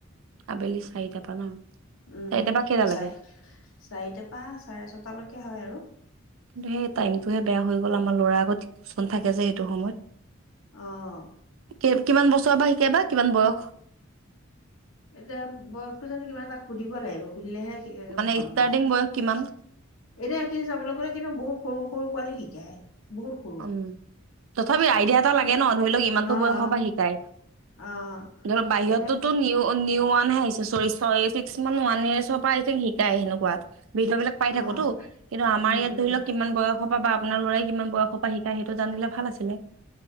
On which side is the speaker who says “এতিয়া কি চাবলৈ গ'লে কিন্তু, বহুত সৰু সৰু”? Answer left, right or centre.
Left